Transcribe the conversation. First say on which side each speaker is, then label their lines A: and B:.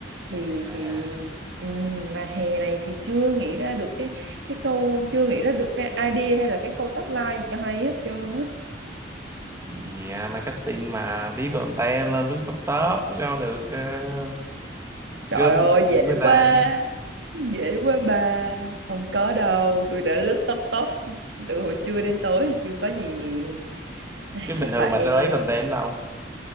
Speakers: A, on the right (about 75°); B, on the right (about 15°).
A: thì
B: À,
A: thì ừm, mà hè này thì chưa nghĩ ra được cái cái câu chưa nghĩ ra được cái idea hay là cái câu tagline gì cho hay hết trơn á
B: thì à, marketing mà biết content là lướt top top, biết đâu được uh, gom
A: Trời ơi dễ
B: được người ta.
A: quá Dễ quá bà Không có đâu Tôi đã lướt top top Từ hồi trưa đến tối Chưa có gì nè Ai,
B: Chứ
A: Chắc
B: bình thường
A: phải
B: mà sẽ lấy content đâu.